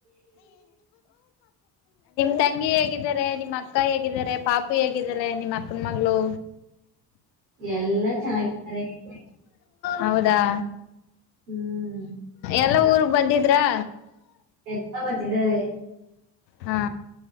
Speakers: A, on the left; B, on the right.
A: <unintelligible> ತಂಗಿ ಹೇಗಿದ್ದಾರೆ ನಿಮ್ಮ್ ಅಕ್ಕ ಹೇಗಿದ್ದಾರೆ ಪಾಪು ಹೇಗಿದ್ದಾಳೆ ನಿಮ್ ಅಕ್ಕನ ಮಗಳು.
B: ಎಲ್ಲಾ <unintelligible>
A: ಹೌದಾ
B: ಹ್ಮ್
A: ಎಲ್ಲ ಊರು ಬಂದಿದ್ರಾ
B: ಎಲ್ಲ ಬಂದಿದ್ದಾರೆ
A: ಹಾ.